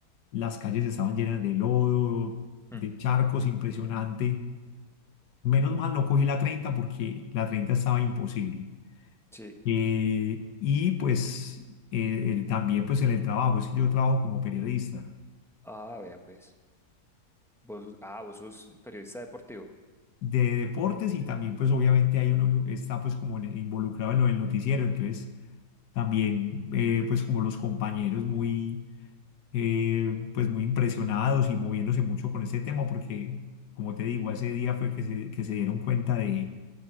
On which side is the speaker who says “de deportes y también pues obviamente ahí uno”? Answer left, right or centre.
Left